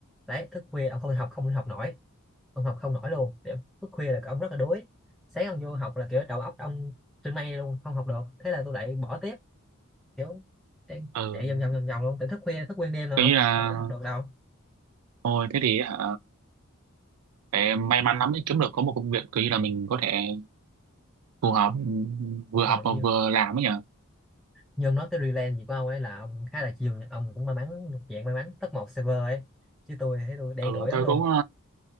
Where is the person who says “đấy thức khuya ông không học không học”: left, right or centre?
Centre